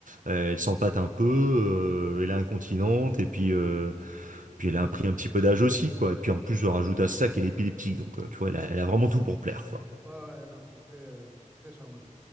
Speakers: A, on the right; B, on the right.
A: euh, elle s'empâte un peu, euh, elle est incontinente, et puis... euh, Puis elle
B: <laughs>
A: a pris un petit peu d'âge aussi, quoi. Et puis en plus, je rajoute à ça qu'elle est épileptique. Donc, euh, tu vois, elle a, elle a vraiment tout pour plaire, quoi.
B: Ouais, ouais, non, c'est très, euh, très charmant.